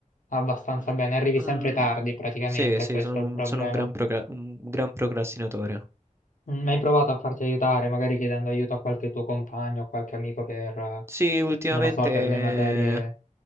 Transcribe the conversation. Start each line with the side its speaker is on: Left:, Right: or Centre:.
Left: abbastanza
Right: No.
Left: bene, arrivi sempre
Right: Mm,
Left: tardi praticamente,
Right: sì, sì,
Left: questo
Right: sono,
Left: è il
Right: un
Left: problema.
Right: sono un gran procra- un gran procrastinatore.
Left: Mm, Hai provato a farti aiutare, magari chiedendo aiuto a qualche tuo compagno, a qualche amico per, eh,
Right: Sì, ultimamente,
Left: non lo so, per le materie.